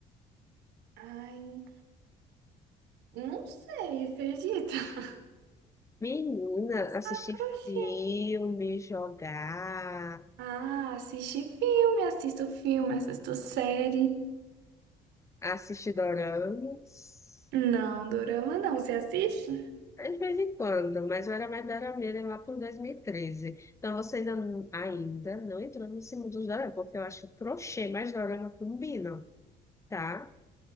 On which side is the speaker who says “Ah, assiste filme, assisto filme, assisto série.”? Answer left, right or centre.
Right